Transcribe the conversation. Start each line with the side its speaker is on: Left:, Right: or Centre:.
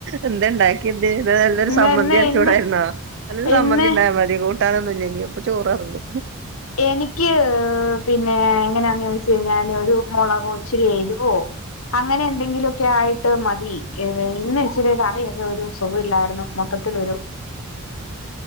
Right: എന്ത് ഉണ്ടാക്കിയണ്ട് ഇത് നല്ലൊരു
Left: ഇന്ന്
Right: ചമ്മന്തി
Left: ഇന്ന്
Right: അരച്ചൂടായിരുന്നോ.
Left: ഇന്ന്
Right: അല്ല സമ്മന്തി
Left: ഇന്ന്
Right: ഉണ്ടായാ മതി കൂട്ടാനൊന്നുല്ലെങ്കിൽ അപ്പൊ ചോററങ്ങു
Left: എനിക്ക് പിന്നെ എങ്ങനാന്ന് ചോദിച്ച കഴിഞ്ഞാല് ഒരു മുളകൊ ഇച്ചിരി എരുവോ അങ്ങനെ എന്തെങ്കിലുമൊക്കെ ആയിട്ട് മതി ഇന്ന് ഇച്ചിരി കറിയൊക്കെ ഒരു സുഖം ഇല്ലായിരുന്നു. മൊത്തത്തിൽ ഒരു